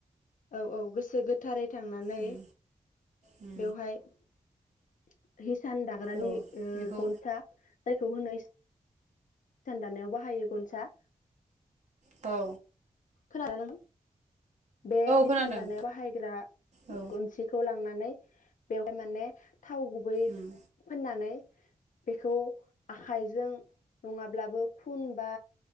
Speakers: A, on the left; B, on the right.
A: औ औ गोसो गोथारै थांनानै
B: उम उम
A: <unintelligible> हिसान दाग्रानि
B: औ
A: ओ
B: बेखौ
A: गनफ्रा जायखौ होनो सान दानायाव बाहायो गनसा
B: दौ
A: खोनादोना नों बे हिसान
B: खोनादों
A: दानायाव बाहायग्रा
B: औ
A: गुनसिखौ लांनानै बेवहाय माने थाव गुबै
B: उम
A: फोननानै बेखौ आखाइजों नङाब्लाबो खुन बा